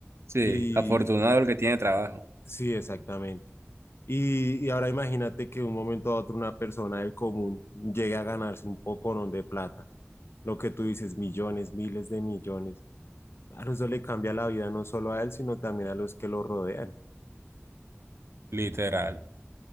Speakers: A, on the right (about 70°); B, on the left (about 60°).
A: Sí,
B: Y
A: afortunado el que tiene trabajo,
B: sí, exactamente. Y, y ahora imagínate que de un momento a otro una persona del común llegue a ganarse un poco de plata. Lo que tú dices, millones, miles de millones. Claro, eso le cambia la vida no solo a él, sino también a los que lo rodean.
A: literal.